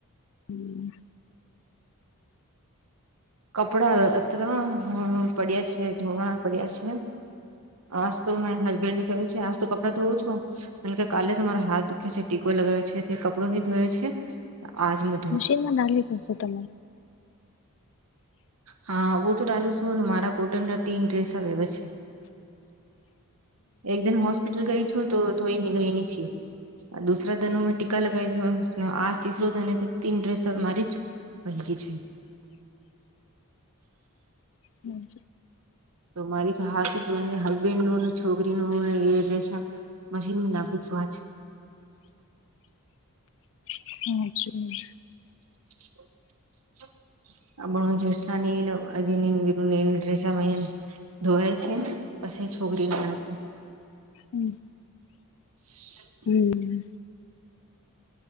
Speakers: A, on the left (about 60°); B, on the right (about 75°).
A: હમ.
B: કપડા અત્રરા પડ્યા છે ધોવાણા પડ્યા છે. આજ તો મેં હસબન્ડ ને કહ છે આજ તો કપડાં ધોવો છો એણ કે કાલે તમારો હાથ દુખે છે ટીકો લગાવે છે તે કપડું નહી ધોવે છે આજ મુ
A: મશીન માં ના લીધું છ તમે?
B: હા બહ તો ડાલું શું ને મારા કોટન ના તીન ડ્રેસ હવે એવે છે. એક જણ હોસ્પિટલ ગઈ છો તો થોઈ ગઈ ની છી. દુસરા ધનો મેં ટીકા લગી આ તીસરો ધને તીન ડ્રેસ મારી પકે છે.
A: હમ.
B: તો મારી તો હાથ તરી હસબેન્ડ નુંને છોકરી નુંને એ રહેશે. મશીનમાં ના પૂછ આજ.
A: <unintelligible>
B: <unintelligible> <inaudible> <unintelligible> ધોવાય છે પછી છોકરીને નાખું
A: હમ.
B: <inaudible>
A: હમ